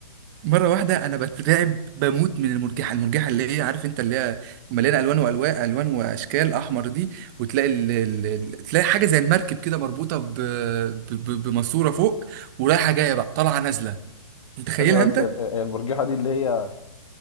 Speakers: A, on the right; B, on the left.
A: مره واحده انا بترعب بموت من المرجحه المرجحه اللي هي عارف انت اللي هي مليانه الوان والوان الوان واشكال احمر دي وتلاقي ال... ال... ال- تلاقي حاجه زي المركب كده مربوطه ب... ب... ب- بماسوره فوق ورايحه جايه بقى طالعه نازله متخيلها
B: ثانية بس
A: انت
B: ال- ال- المرجحة دي اللي هي